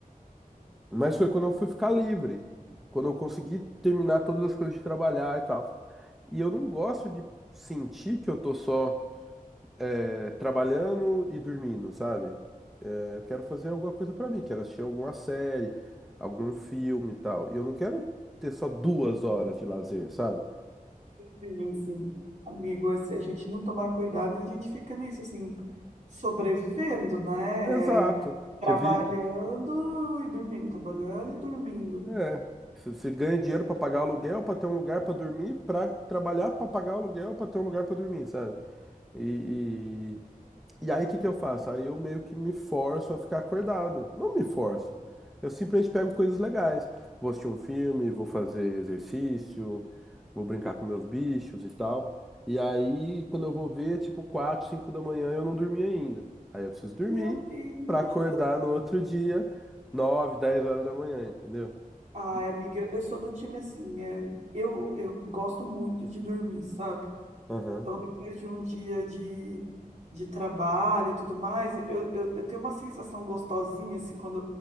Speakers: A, in the centre; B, on the right.
A: Mas foi quando eu fui ficar livre. Quando eu consegui terminar todas as coisas de trabalhar e tal. E eu não gosto de sentir que eu tô só é, trabalhando e dormindo, sabe? É, eu quero fazer alguma coisa pra mim, quero assistir alguma série, algum filme e tal. E eu não quero ter só duas horas de lazer, sabe?
B: Sim, sim. Amigo, se a gente não tomar cuidado, a gente fica nisso, assim, sobrevivendo, né?
A: Exato.
B: É, trabalhando
A: Você vive.
B: e dormindo, trabalhando e dormindo.
A: É. Você você ganha dinheiro pra pagar aluguel, pra ter um lugar pra dormir, pra trabalhar, pra pagar aluguel, pra ter um lugar pra dormir, sabe? E, E aí, o que que eu faço? Aí eu meio que me forço a ficar acordado. Não me forço. Eu simplesmente pego coisas legais. Vou assistir um filme, vou fazer exercício, vou brincar com meus bichos e tal. E aí, quando eu vou ver, é tipo 4 5 da manhã, eu não dormi ainda. Aí eu preciso dormir
B: Meu Deus.
A: pra acordar no outro dia, 9 10 horas da manhã, entendeu?
B: Ai,
A: E-
B: amiga, eu sou do time assim, é, eu, eu gosto muito de dormir, sabe?
A: Aham.
B: Então, depois de um dia de, de trabalho e tudo mais, eu, eu, eu tenho uma sensação gostosinha, assim, quando